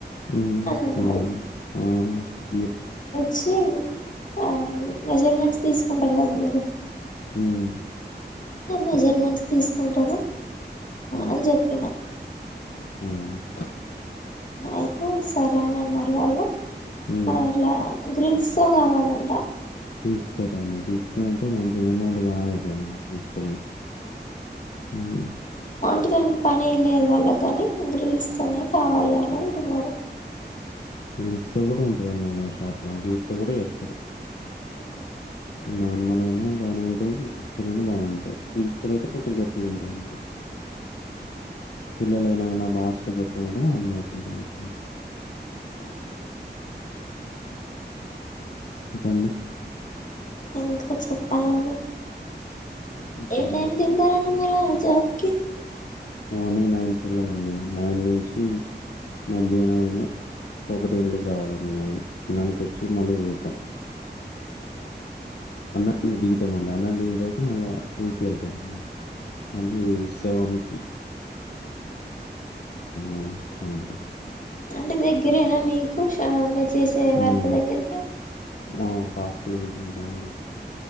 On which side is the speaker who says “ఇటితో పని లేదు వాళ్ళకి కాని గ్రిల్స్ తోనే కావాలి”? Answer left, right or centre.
Left